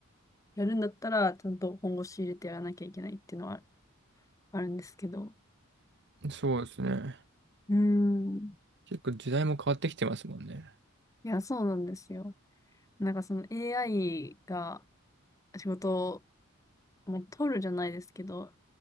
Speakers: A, on the left; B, on the right.
A: やるんだったら、ちゃんと本腰入れてやらなきゃいけないっていうのはあるんですけど。
B: そうですね。
A: うーん。
B: 結構時代も変わってきてますもんね。
A: いや、そうなんですよ。なんかその AI が仕事を、もう取るじゃないですけど、